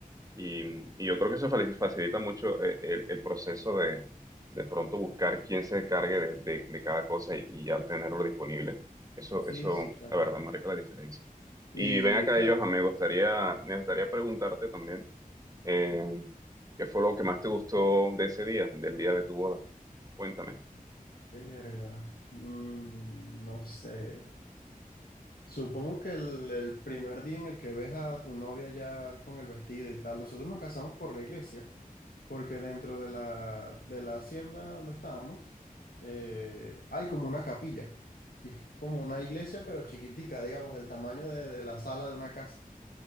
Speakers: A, on the right; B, on the left.
A: Y, y yo creo que eso fali- facilita mucho el, el- el proceso de de pronto buscar quién se encargue de, de- de cada cosa y, y al tenerlo disponible. Eso,
B: Sí,
A: eso,
B: sí, claro.
A: la verdad, marca la diferencia.
B: Y,
A: Y ven acá,
B: o sea,
A: ellos, me gustaría, me gustaría preguntarte también, eh, ¿qué fue lo que más te gustó de ese día, del día de tu boda? Cuéntame.
B: verga, mm, no sé. Supongo que el, el primer día en el que ves a tu novia ya con el vestido y tal, nosotros nos casamos por la iglesia, porque dentro de la, de la hacienda donde estábamos eh, hay como una capilla, y es como una iglesia pero chiquitica, digamos, del tamaño de, de la sala de una casa.